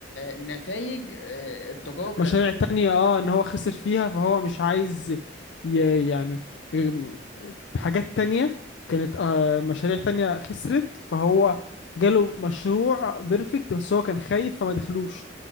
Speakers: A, on the left; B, on the left.
A: نتائج التجارب اللي
B: مشاريع تانية اه ان هو خسر فيها فهو مش عايز ي... يعني ام، حاجات تانية كانت آه مشاريع تانية خسرت فهو جاله مشروع بيرفكت بس هو كان خايف فما دخلوش